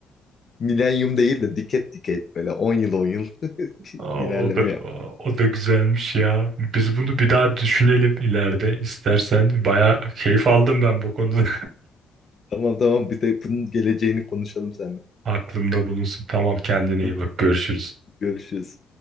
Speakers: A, on the left; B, on the right.
A: milenyum değil de diket diket böyle 10 yıl 10 yıl <laughs>
B: O
A: ilerleme
B: da,
A: yap.
B: o da güzelmiş ya. Biz bunu bir daha düşünelim ileride istersen. Bayağı keyif aldım ben bu konuda.
A: Tamam tamam bir de bunun geleceğini konuşalım seninle.
B: <laughs> Aklımda bulunsun. Tamam kendine
A: <laughs>
B: iyi bak. Görüşürüz.
A: Görüşürüz.